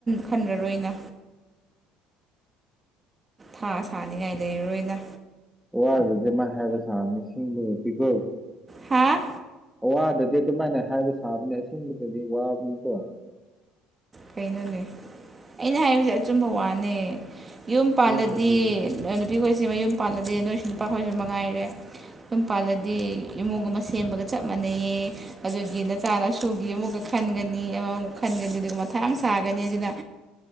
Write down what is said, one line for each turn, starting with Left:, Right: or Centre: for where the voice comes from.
Right: ꯈꯟꯔꯔꯣꯏꯅ ꯁꯥ ꯁꯥꯅꯤꯡꯉꯥꯏ ꯂꯩꯔꯔꯣꯏꯅ
Centre: ꯋꯥ ꯑꯗꯨꯗꯤ ꯃꯥ ꯍꯥꯏꯕꯁꯃꯤꯁꯤꯡꯕ ꯄꯤꯀꯣ
Right: ꯍꯥ
Centre: ꯑꯋꯥꯗꯗꯤ ꯑꯗꯨꯃꯥꯏꯅ ꯍꯥꯏꯕ ꯁꯥꯕꯅꯤ ꯑꯁꯦꯡꯕꯗꯗꯤ ꯋꯥꯕꯅꯤꯀꯣ
Right: ꯀꯩꯅꯣꯅꯦ ꯑꯩꯅ ꯍꯥꯏꯔꯤꯕꯁꯦ ꯑꯆꯨꯝꯕ ꯋꯥꯅꯦ ꯌꯨꯝ ꯄꯥꯜꯂꯗꯤ
Centre: ꯑꯁꯦꯡꯕꯗꯤ
Right: ꯅꯨꯄꯤ ꯈꯣꯏꯁꯤꯃꯌꯨꯝ ꯄꯥꯜꯂꯗꯤ ꯅꯣꯏꯁꯨ ꯅꯨꯄꯥ ꯈꯣꯏꯁꯨ ꯃꯉꯥꯏꯔꯦ ꯑꯩꯈꯣꯏꯝ ꯃ ꯄꯥꯜꯂꯗꯤ ꯏꯃꯨꯡ ꯑꯃ ꯁꯦꯝꯕꯒ ꯆꯞ ꯃꯥꯟꯅꯩꯌꯦ ꯑꯗꯨꯒꯤ ꯅꯆꯥꯅꯁꯨꯒꯤ ꯑꯃꯨꯛꯀ ꯈꯟꯒꯅꯤ ꯑꯃꯃꯨꯛ ꯈꯟꯒꯅꯤ ꯑꯗꯨꯒ ꯌꯥꯝ ꯁꯥꯒꯅꯤ ꯑꯗꯨꯅ